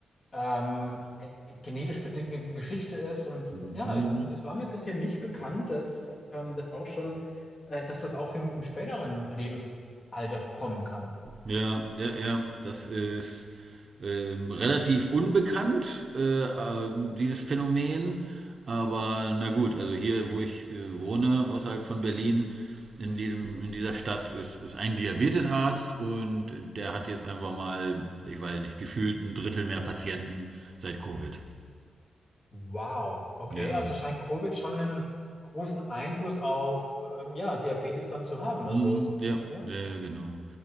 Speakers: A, on the left; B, on the right.
A: ähm, eine genetisch bedingte Geschichte ist. Und,
B: Mhm.
A: und ja, das war mir bisher nicht bekannt, dass ähm, das auch schon, äh, dass das auch im, im späteren Lebensalter kommen kann.
B: Ja, ja, ja, das ist ähm, relativ unbekannt, äh, ähm, dieses Phänomen. Aber na gut, also hier, wo ich äh, wohne, außerhalb von Berlin, in, diesem, in dieser Stadt ist, ist ein Diabetesarzt und der hat jetzt einfach mal, ich weiß nicht, gefühlt ein Drittel mehr Patienten seit Covid.
A: Wow, okay,
B: Ja.
A: also scheint Covid schon einen großen Einfluss auf ähm, ja, Diabetes dann zu haben.
B: Mhm,
A: Also
B: ja,
A: ja,
B: ja, ja, genau.